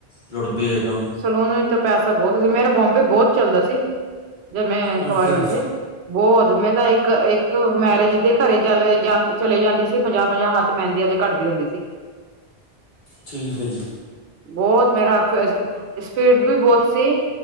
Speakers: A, on the left; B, on the right.
A: ਜੁੜਦੇ ਆ ਕੰਮ
B: ਸਲੂਨ ਵਿਚ ਤਾਂ ਪੈਸਾ ਬੋਤ ਸੀ ਮੇਰਾ ਬੋਬੇ ਬੋਤ ਚੱਲਦਾ ਸੀ ਮੈ
A: ਓਕੇ
B: ਕਵਾਰੇ ਹੁੰਦੇ। ਬੋਤ ਮੈਂ ਤਾਂ ਇੱਕ-ਇੱਕ ਮੈਰਿਜ ਦੇ ਘਰੇ ਚ ਜਾਂਣ ਤੇ ਚਲੇ ਜਾਂਦੀ ਸੀ। ਪੰਜਾਹ-ਪੰਜਾਹ ਹੱਥ ਮਹਿੰਦੀ ਤੇ ਘੱਟਦੀ ਹੁੰਦੀ ਸੀ।
A: ਠੀਕ ਐ ਜੀ।
B: ਬਹੁਤ ਮੇਰਾ, ਸਪੀਡ ਵੀ ਬੋਤ ਸੀ।